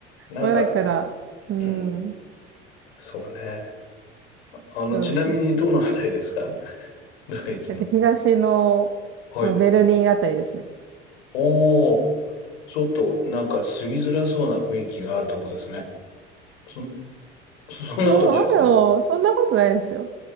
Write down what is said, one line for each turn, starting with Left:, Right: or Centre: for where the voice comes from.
Left: なんか、
Right: まあだから、うん、
Left: うん。そうね。あの、
Right: そうですね。
Left: ちなみにどのあたりですか <laughs> ドイツの。
Right: えっと、東の、
Left: はい。
Right: まあ、ベルリンあたりですね。
Left: おー、ちょっとなんか住みづらそうな雰囲気があるとこですね。そん、そ <laughs> んなことないですか
Right: そう、まあでも、そんなことないですよ。